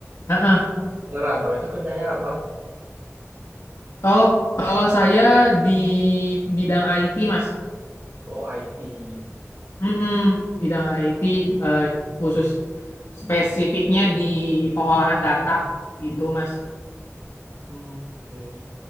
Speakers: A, on the left; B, on the right.
A: Heeh.
B: ngerantau itu kerjanya apa
A: oh kalau saya di bidang IT mas
B: oh IT
A: Mm-mm, bidang IT eh, khusus spesifiknya di pengolahan data gitu Mas.
B: Hmm, oke